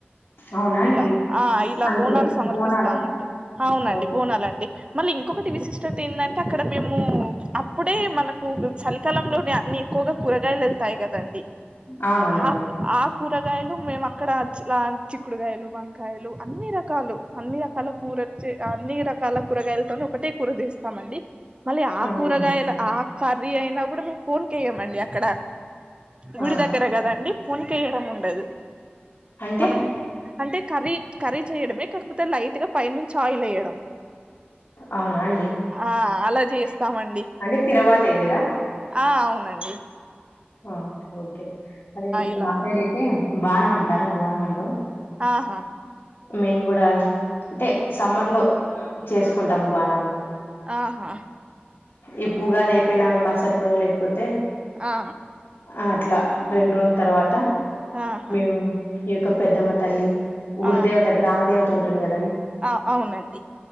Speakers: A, on the left (about 80°); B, on the right (about 25°).
A: అవునా అండి
B: ఇలా ఆ ఇలా
A: అంటే
B: బోనాలు సమర్పిస్తామండి
A: బోనాల
B: అవునండి
A: ఓకే
B: బోనాలండి మళ్ళీ ఇంకొకటి విశిష్టత ఎందంటే అక్కడ మేము అప్పుడే మనకు చలికాలంలోనే అన్ని ఎక్కువగా కూర కాయలు తాయ్గా తంది
A: అవునండి అవును
B: ఆక్ ఆక్ కూరగాయలు మేము అక్కడచి ల చిక్కుడుగాయలు వంకాయలు అన్ని రకాలు అన్ని రకాల కూరలు అన్ని రకాల కూరగాయలతో ఒకటే కూర చేస్తామండి మళ్ళీ ఆ
A: అవునండి
B: కూరగాయల ఆ కర్రీ అయినా కూడా మేము ఫోన్కయ్యమండి అక్కడ గుడి
A: ఆ
B: దగ్గర కదండి పునికేయడం ఉండదు
A: అంటే
B: మనం అంటే కర్రీ కర్రీ చేయడమే కాకపోతే లైట్ గా పైన నుంచి ఆయిల్ వేయడం
A: అవునా అండి
B: ఆ అలా చేస్తామండి
A: అంటే తిరువాత వేరా
B: ఆ అవునండి అ
A: ఆ ఓకే అదే
B: ఇలా
A: మాసైడ్
B: ఉంటది
A: అయితే బానం అంటారు
B: ఆ
A: బోనం అనరు
B: ఆహా
A: మేము కూడా అంటే సమ్మర్ లో చేసుకుంటాము బాణాలు
B: ఆహా
A: ఈప్ ఉగాది అయిపోయినా మరుసట రోజు లేకపోతే
B: ఆ
A: ఆ అట్లా రెండు రోజుల తర్వాత్ త
B: ఆహా
A: మేము ఈ యొక్క పెద్దమ్మ తల్లి ఊర్
B: ఆహా
A: దేవత గ్రామ దేవత ఉంట్ టుది కద్
B: ఆ అవునండి